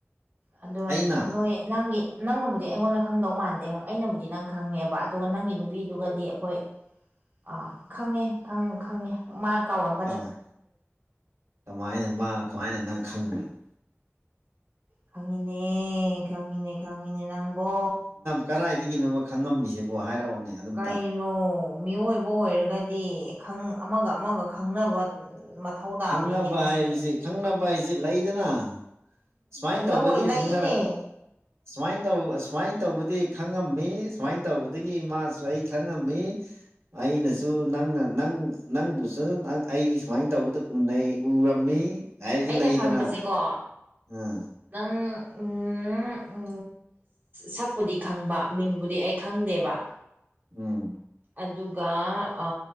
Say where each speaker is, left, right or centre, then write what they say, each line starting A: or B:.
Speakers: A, on the right (about 40°); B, on the right (about 65°).
A: ꯑꯗꯣ
B: ꯑꯩꯅ
A: ꯅꯣꯏ ꯅꯪꯒꯤ ꯅꯪꯅꯕꯨꯗꯤ ꯑꯩꯉꯣꯟꯗ ꯈꯪꯗꯧ ꯃꯥꯟꯗꯦ ꯑꯃꯨꯛ ꯑꯩꯅꯕꯨꯗꯤ ꯅꯪ ꯈꯪꯉꯦꯕ ꯑꯗꯨꯒ ꯅꯪꯒꯤ ꯅꯨꯄꯤꯗꯨꯒꯗꯤ ꯑꯩꯈꯣꯏ ꯑꯥ ꯈꯪꯉꯦ ꯈꯪꯉꯦ ꯃꯥ ꯀꯥꯎꯔꯝꯃ
B: ꯀꯃꯥꯏꯟ ꯀꯃꯥꯏꯅ ꯃꯥꯅ ꯀꯃꯥꯏꯅ ꯅꯪ ꯈꯪꯗ꯭ꯔꯤꯕ
A: ꯈꯉꯤꯅꯦ ꯈꯉꯤꯅꯦ ꯈꯉꯤꯅꯦ ꯅꯪꯕꯣ
B: ꯀꯔꯥꯏꯗꯒꯤꯅꯣꯕ ꯈꯪꯉꯝꯃꯤꯁꯤꯕꯣ ꯍꯥꯏꯔꯛꯑꯣꯅꯦ ꯑꯗꯨꯝꯇ
A: ꯀꯩꯅꯣ ꯃꯤꯑꯣꯏꯕ ꯑꯣꯏꯔꯒꯗꯤ ꯈꯪ ꯑꯃꯒ ꯑꯃꯒ ꯈꯪꯅꯕ ꯃꯠ ꯊꯧꯇꯥꯕꯅꯤꯅꯦ
B: ꯈꯪꯅꯕ
A: ꯃꯁꯤ
B: ꯍꯥꯏꯕꯁꯤ ꯈꯪꯅꯕ ꯍꯥꯏꯖꯦ ꯂꯩꯗꯅ ꯁꯨꯃꯥꯏꯟ ꯇꯧꯕꯗꯤ
A: ꯂꯣꯏ ꯂꯩꯅꯦ
B: ꯈꯪꯅꯔꯛꯄ ꯁꯨꯃꯥꯏꯟ ꯇꯧ ꯑꯁꯨꯃꯥꯏꯟ ꯇꯧꯕꯗꯤ ꯈꯪꯉꯝꯃꯤ ꯁꯨꯃꯥꯏꯟ ꯇꯧꯕꯗꯒꯤ ꯃꯥꯁꯨ ꯑꯩ ꯈꯪꯉꯝꯃꯤ ꯑꯩꯅꯁꯨ ꯅꯪꯅ ꯅꯪ ꯅꯪꯕꯨꯁꯨ ꯑꯩ ꯁꯨꯃꯥꯏꯟ ꯇꯧꯕꯗ ꯎꯅꯩ ꯎꯔꯝꯃꯤ ꯍꯥꯏꯗꯤ
A: ꯑꯩꯅ
B: ꯂꯩꯗꯅ
A: ꯈꯪꯕꯁꯦꯀꯣ
B: ꯑꯥ
A: ꯅꯪ ꯎꯝ ꯎꯝ ꯁꯛꯄꯨꯗꯤ ꯈꯪꯕ ꯃꯤꯡꯕꯨꯗꯤ ꯑꯩ ꯈꯪꯗꯦꯕ
B: ꯎꯝ
A: ꯑꯗꯨꯒ ꯑ